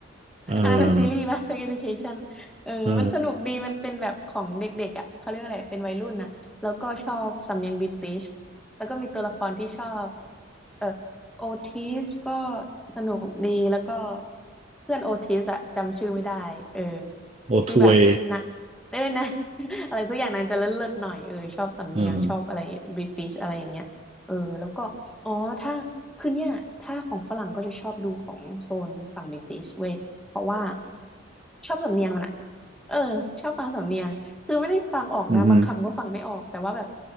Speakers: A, on the right; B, in the centre.
A: เออ
B: อันนั้นเป็นซีรีส์ป่ะ Sex Education เออมันสนุกดี
A: เออ
B: มันเป็นแบบของเด็กๆอ่ะ เขาเรียกอะไร เป็นวัยรุ่นนะแล้วก็ชอบสำเนียงบริติชแล้วก็มีตัวละครที่ชอบเออโอทิสก็สนุกดีแล้วก็เพื่อนโอทิสอะจำชื่อไม่ได้เออ
A: โอทวย
B: ที่แบบนะเออนะ <laughs> อะไรสักอย่างนางจะเลิศๆหน่อยเออชอบสำเนียงชอบอะไรบริติชอะไรอย่างเงี้ยเออ
A: เออ
B: แล้วก็อ๋อถ้า คือเนี่ยถ้าของฝรั่งก็จะชอบดูของโซนฝั่งบริติชเว้ย เพราะว่าชอบสำเนียงมันอะเออชอบฟังสำเนียง คือไม่ได้ฟังออกนะบางคำก็ฟังไม่ออกแต่ว่าแบบ
A: อืมฮึ